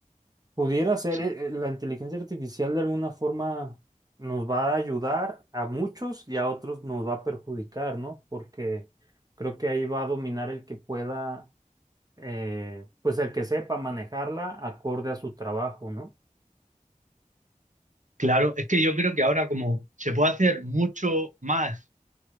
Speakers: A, on the right (about 25°); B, on the right (about 65°).
A: Pudiera ser,
B: Sí.
A: eh, eh, la inteligencia artificial de alguna forma nos va a ayudar a muchos y a otros nos va a perjudicar, ¿no? Porque creo que ahí va a dominar el que pueda, eh, pues el que sepa manejarla acorde a su trabajo, ¿no?
B: Claro, es que yo creo que ahora como se puede hacer mucho más